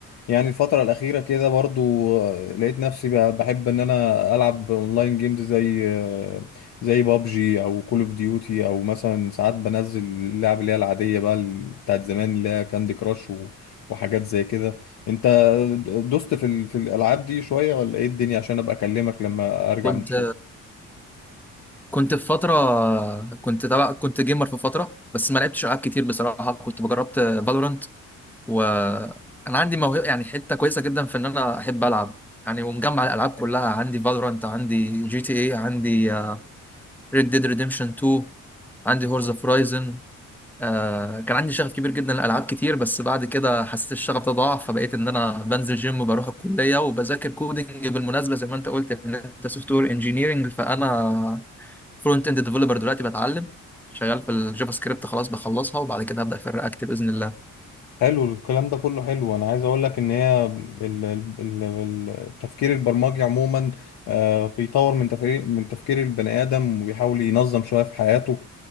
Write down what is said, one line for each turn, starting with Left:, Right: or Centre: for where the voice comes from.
Left: يعني الفترة الأخيرة كده برضو آه، لقيت نفسي ب- بحب إن أنا ألعب أونلاين جيمز زي آه، زي بابجي أو كول أوف ديوتي أو مثلا ساعات بنزل اللعب اللي هي العادية بقى ال- بتاعت زمان اللي هي كاندي كراش و- وحاجات زي كده أنت د- دوست في ال- في الألعاب دي شوية ولا إيه الدنيا عشان أبقى أكلمك لما أرجع
Centre: كنت
Left: من الشغل
Centre: كنت في فترة كنت تبع كنت جيمر في فترة بس ما لعبتش ألعاب كتير بصراحة كنت جربت فالورانت وانا عندي موهبه يعني حته كويسه جدا في ان انا احب العب يعني ومجمع الالعاب كلها عندي فالورانت عندي جي تي اي عندي ريد ديد ريديمشن 2 عندي هورز اوف رايزن آه كان عندي شغف كبير جدا لالعاب كتير بس بعد كده حسيت الشغف ده ضاع فبقيت ان انا بنزل جيم وبروح الكليه وبذاكر كودنج بالمناسبه زي ما انت قلت ان انت سوفت وير انجينيرنج فانا فرونت اند ديفلوبر دلوقتي بتعلم شغال في الجافا سكريبت خلاص بخلصها وبعد كده هبدا في الرياكت باذن الله
Left: حلو الكلام ده كله حلو انا عايز اقول لك ان هي ال- ال- ال- التفكير البرمجي عموما آه، بيطور من تفكير من تفكير البني ادم وبيحاول ينظم شويه في حياته